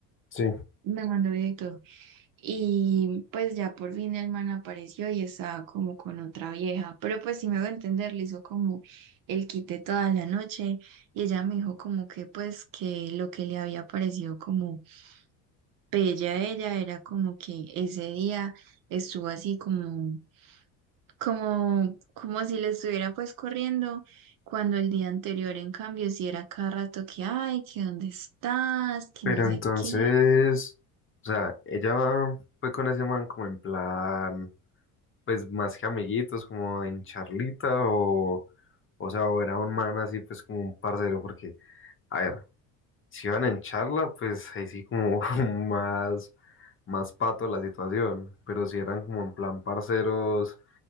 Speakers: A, on the left; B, on the right.
A: Sí.
B: Me mandó video y todo. Y pues ya por fin el man apareció y estaba como con otra vieja. Pero pues si me va a entender, le hizo como el quite toda la noche. Y ella me dijo como que pues que lo que le había parecido como bella a ella era como que ese día estuvo así como como, como si le estuviera pues corriendo, cuando el día anterior, en cambio, si era cada rato que, ay, que dónde estás, que
A: Pero
B: no sé
A: entonces,
B: qué.
A: o sea, ella fue con ese man como en plan, pues más que amiguitos, como en charlita o, o sea, o era un man así, pues como un parcero, porque, a ver. si van en charla, pues ahí sí como <laughs> más, más pato la situación, pero si eran como en plan parceros